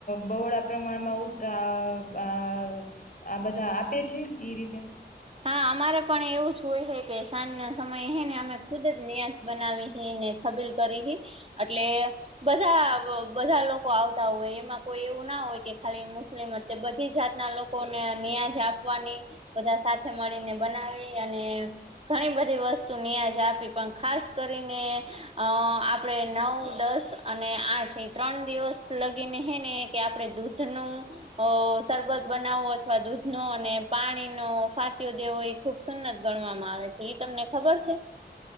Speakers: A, on the left; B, on the right.
A: બહોળા પ્રમાણમાં આ આ આ બધા આપે છે એ રીતે
B: હા અમારે પણ એવું જ હોય હે કે સાંજના સમયે હે ને અમે ખુદ જ ન્યાજ બનાવી હી ને છબીલ કરી હી અટલે બધા બધા લોકો આવતા હોય એમાં કોઈ એવું ના હોય કે ખાલી મુસ્લિમ જ કે બધી જાતના લોકોને ન્યાજ આપવાની બધા સાથે મળીને બનાવી અને ઘણી બધી વસ્તુ ન્યાજ આપી પણ ખાસ કરીને અ આપણે નવ દસ અને આઠ ઈ ત્રણ દિવસ લગીને હે ને કે આપણે દૂધનું અ શરબત બનાવવું અથવા દૂધનો અને પાણીનો ફાતિહો દેવો ઈ ખુબ સુન્નત ગણવામાં આવે છે, ઈ તમને ખબર છે?